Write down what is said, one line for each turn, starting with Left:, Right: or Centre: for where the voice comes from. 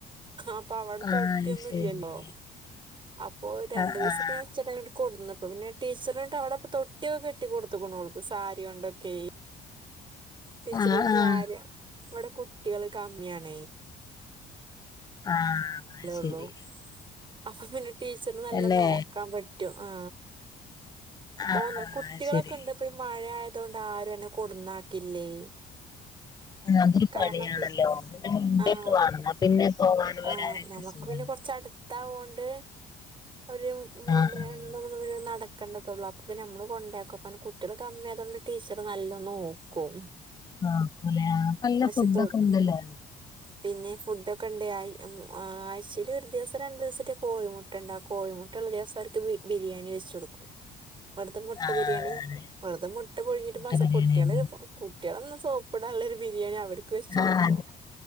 Right: അപ്പൊ അവിടെ തൊട്ടിയൊന്നും
Left: ആഹ് അത് ശരി
Right: ഇല്ലല്ലോ അപ്പൊ രണ്ടു
Left: ആഹ്
Right: ദിവസൊക്കെ
Left: ആഹ്
Right: ചെക്കനെ കൊടുന്നുന്നപ്പൊ പിന്നെ ടീച്ചറിണ്ട് അവിടെൊ തൊട്ടിയൊക്കെട്ടി കൊടുതുക്കണ് ഓൾക്ക് സാരി ഓണ്ട് ഒക്കെ ടീച്ചറ
Left: ആഹ് ആഹ്
Right: സാരി ഇവിടെ കുട്ടികള് കമ്മിയാണ
Left: ആഹ് അത്
Right: അേള്ളൂ
Left: ശരി
Right: അപ്പൊ പിന്നെ ടീച്ചർ നല്ല
Left: അല്ലേ
Right: നോക്കാൻ പറ്റും ആ ഇപ്പൊ
Left: ആഹ്
Right: ഒ
Left: ആഹ്
Right: കുട്ടികളൊക്കെ
Left: അത് ശരി
Right: ഇണ്ട് ഇപ്പൊ ഈ മഴ ആയത കൊണ്ട് ആരും അങ്ങനെ കൊടന്നാക്കില്ലേ
Left: അതൊരു
Right: കാരണംക്കെ
Left: പണിയാണല്ലോ ഇവടെ മുണ്ടൊക്കെ
Right: ആഹ
Left: വേണം എന്നാ പിന്നെ പോവാനും
Right: ആഹ
Left: വരാനൊക്കെ
Right: നമുക്ക്
Left: സുഖാണ്
Right: പിന്നെ കൊറച്ച്ടു ത്താ കൊണ്ട് അവര് മര്
Left: ആഹ് ആഹ്
Right: നടക്കേണ്ടത് അപ്പൊപ്പ നമ്മള് കൊണ്ടക്കും അ കുട്ടികൾ കമ്മിയാതുകൊണ്ട് ടീച്ചറ് നല്ലോ നോക്കും
Left: നോക്കൂലേ ആഹ് ഇപ്പ നല്ല
Right: പക്ഷത്തോട്ട
Left: ഫുഡൊക്കെ ഉണ്ടല്ലോ
Right: പിന്നെ ഫുഡ് ഒക്കെ ഉണ്ട് ആഴ്ചൽ ഒരു ദിവസം രണ്ടു ദിവസത്തെ കോയിമുട്ട ഇണ്ട കോഴമുട്ട ഉള്ള ദിവസാർക്ക് ബിരിയാണി വെച്ച് കൊടുക്കും വെറുതെ മുട്ട
Left: ആഹ്
Right: ബിരിയാണി
Left: അതെ
Right: വെറുതെ മുട്ട പുഴുങ്ങീട്ട്
Left: മുട്ട
Right: മസ
Left: ബിരിയാണിയാക്കി
Right: കുട്ടികളെ കുട്ടികളൊന്നും സോപ്പടാനുള്ളരു ബിരിയാണി അവർക്ക് വെച്ച കൊടുക്കും
Left: ആഹ്